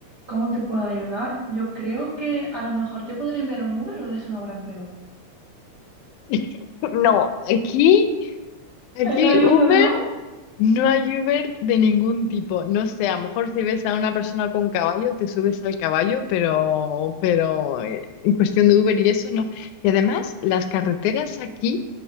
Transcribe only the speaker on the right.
¿cómo te puedo ayudar? Yo creo que a lo mejor te podría enviar un Uber o de eso no habrá en Perú.
Ahí no hay
Uber, ¿no?